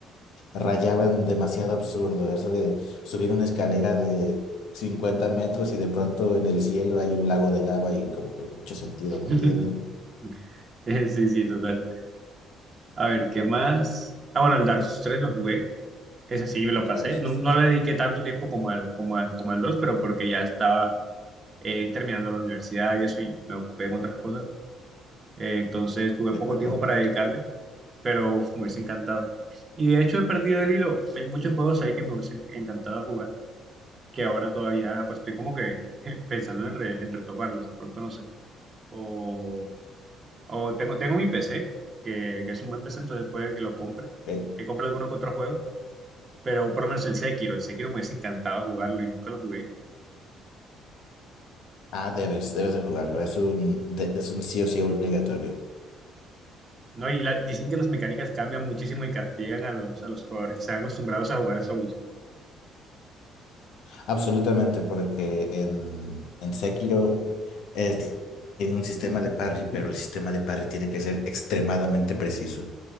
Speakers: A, on the left (about 75°); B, on the right (about 35°).
A: rayaban demasiado absurdo, eso de subir una escalera de 50 metros y de pronto en el cielo hay un lago de lava y como que mucho sentido no
B: <laughs>
A: tiene.
B: Eh, Sí, sí, total. A ver, ¿qué más? Ah, bueno, el Dark Souls 3 lo jugué Ese sí me
A: Pues,
B: lo
A: está-
B: pasé.
A: está-
B: No, no
A: está-
B: le dediqué tanto tiempo como al, como al, como al 2, pero porque ya estaba eh, terminando la universidad y eso, y me ocupé en otras cosas. Eh, entonces tuve
A: ¿De
B: poco
A: acuerdo?
B: tiempo para dedicarle, pero uf, me hubiese encantado. Y de hecho he perdido el hilo. Hay muchos juegos ahí que me hubiesen encantado jugar, que ahora todavía pues estoy como que <laughs> pensando en, re- en retomarlos, de pronto no sé. O, o tengo, tengo mi PC, que, que es un buen PC, entonces puede que lo compre,
A: Eh,
B: que compre alguno que otro juego pero por lo menos el Sekiro, el Sekiro me hubiese encantado jugarlo y nunca lo jugué.
A: ah, debes, debes de jugarlo. Es un, de- es un sí o sí obligatorio.
B: No, y la- dicen que las mecánicas cambian muchísimo y castigan a los, a los jugadores que están acostumbrados a jugar Souls. <laughs>
A: Absolutamente, porque en, en Sekiro eh, t- tiene un sistema de parry, pero el sistema de parry tiene que ser extremadamente preciso.